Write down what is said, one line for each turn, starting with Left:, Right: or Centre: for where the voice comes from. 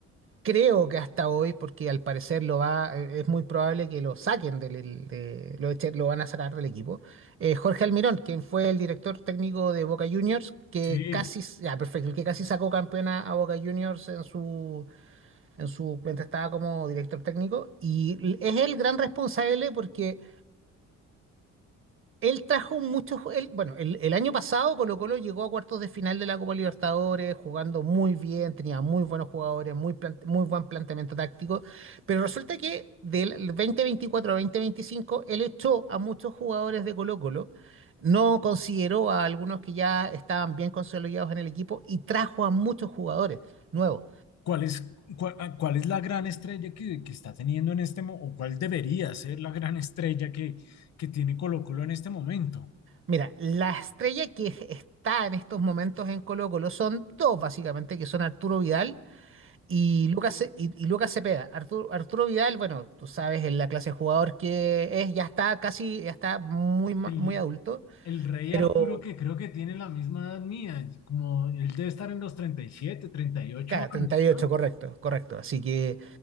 Right: creo que hasta hoy, porque al parecer lo va, eh, es muy probable que lo saquen del, el- de, lo, echen- lo van a sacar del equipo. Eh, Jorge Almirón, quien fue el director técnico de Boca Juniors, que
Left: Sí.
Right: casi, ya, perfecto, que casi sacó campeona a Boca Juniors en su, en su, mientras estaba como director técnico, y es el gran responsable porque él trajo muchos. ju- Él, bueno, el, el año pasado Colo-Colo llegó a cuartos de final de la Copa Libertadores, jugando muy bien, tenía muy buenos jugadores, muy, plant- muy buen planteamiento táctico. Pero resulta que del 2024 a 2025, él echó a muchos jugadores de Colo-Colo, no consideró a algunos que ya estaban bien consolidados en el equipo y trajo a muchos jugadores nuevos.
Left: ¿Cuál es, cua- ah, cuál es la gran estrella que, que está teniendo en este momento, o cuál debería ser la gran estrella que, que tiene Colo-Colo en este momento?
Right: Mira, la estrella que está en estos momentos en Colo-Colo son dos, básicamente, que son Arturo Vidal Y Lucas, Ce- y, y Lucas Cepeda, Arturo, Arturo Vidal, bueno, tú sabes, en la clase de jugador que es, ya está casi, ya está muy, ma-
Left: El,
Right: muy adulto,
Left: el rey
Right: pero,
Left: Arturo, que creo que tiene la misma edad mía, como él debe estar en los treinta treinta y siete treinta y ocho
Right: claro,
Left: años,
Right: treinta y ocho
Left: ¿no?
Right: correcto, correcto. Así que